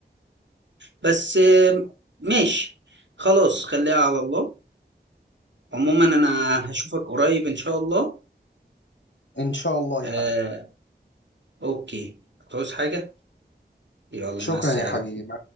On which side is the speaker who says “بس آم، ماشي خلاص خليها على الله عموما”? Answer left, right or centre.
Right